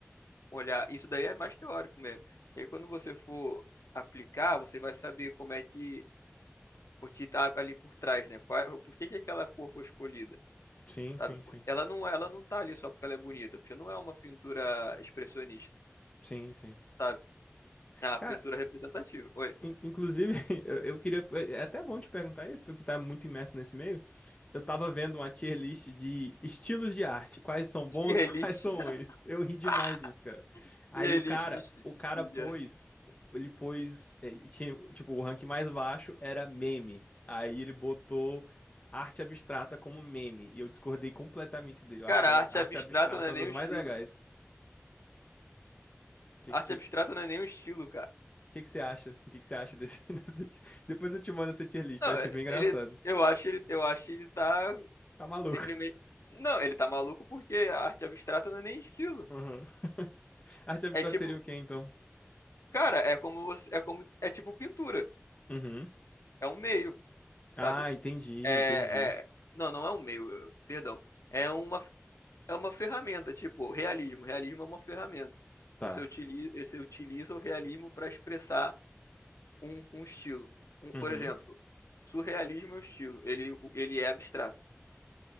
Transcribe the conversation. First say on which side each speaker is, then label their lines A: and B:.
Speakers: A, on the left; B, on the left.
A: olhar, isso daí é mais teórico mesmo. E aí, quando você for aplicar, você vai saber como é que o que tá ali por trás, né? Qual, é, por que que aquela cor foi escolhida,
B: Sim, sim,
A: sabe?
B: sim.
A: Ela não, ela não tá ali só porque ela é bonita, porque não é uma pintura expressionista,
B: Sim, sim.
A: sabe? É uma
B: Cara,
A: pintura representativa. Oi.
B: in- inclusive, <laughs> eu, eu queria. É é até bom te perguntar isso, tu que tá muito imerso nesse meio. Eu tava vendo uma tier list de estilos de arte, quais são bons
A: Tier
B: e <laughs> quais
A: list.
B: são ruins. Eu ri demais
A: <laughs>
B: disso, cara. Aí
A: Tier
B: o
A: list
B: cara,
A: de Tielist.
B: o cara
A: Tielist.
B: pôs. Ele pôs. Ele tinha, tipo, o rank mais baixo era meme. Aí ele botou arte abstrata como meme. E eu discordei completamente dele. Eu
A: Cara,
B: acho
A: a
B: a
A: arte
B: arte
A: abstrata
B: abstrata
A: não é
B: uma
A: nem
B: das
A: um estilo.
B: mais legais. O que,
A: A
B: que,
A: arte abstrata
B: que
A: não é nem um estilo, cara.
B: O que que você acha? O que que você acha desse, <laughs> dessa ti- Depois eu te mando essa tier list,
A: Não,
B: eu achei
A: é,
B: bem engraçado.
A: ele, eu acho ele, eu acho ele tá
B: Tá maluco.
A: Simplesmente. Não, ele tá maluco porque a arte abstrata não é nem estilo.
B: Uhum. <laughs> Arte abstrata
A: É tipo,
B: seria o quê, então?
A: cara, é como você, é como é tipo pintura.
B: Uhum.
A: É um meio,
B: Ah,
A: sabe?
B: entendi,
A: É,
B: entendi.
A: é- não, não é um meio, eu- perdão. É uma é uma ferramenta, tipo, realismo. Realismo é uma ferramenta.
B: Tá.
A: Você utiliza, você utiliza o realismo para expressar um, um estilo. Um- por
B: Uhum.
A: exemplo, surrealismo é um estilo. Ele ele é abstrato,